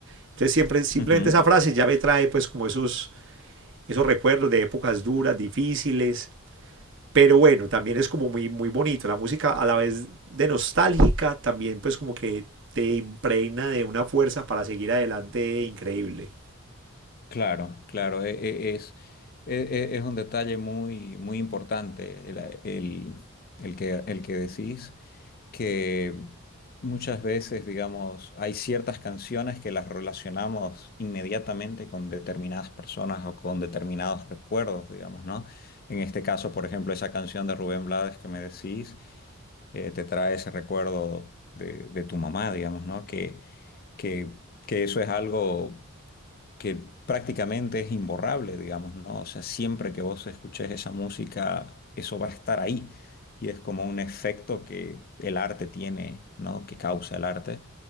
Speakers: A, on the right; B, on the left.
A: Entonces siempre, simplemente
B: Ujú.
A: esa frase ya me trae pues como esos, esos recuerdos de épocas duras, difíciles. Pero bueno, también es como muy, muy bonito. La música a la vez de nostálgica, también pues como que te impregna de una fuerza para seguir adelante increíble.
B: Claro, claro, e- e- es, e- e- es un detalle muy, muy importante el, el- el que, el que decís, que muchas veces, digamos, hay ciertas canciones que las relacionamos inmediatamente con determinadas personas o con determinados recuerdos, digamos, ¿no? En este caso, por ejemplo, esa canción de Rubén Blades que me decís. eh, te trae ese recuerdo de, de tu mamá, digamos, ¿no? Que, que, que eso es algo que prácticamente es imborrable, digamos, ¿no? O sea, siempre que vos escuches esa música, eso va a estar ahí. Y es como un efecto que el arte tiene, ¿no? Que causa el arte.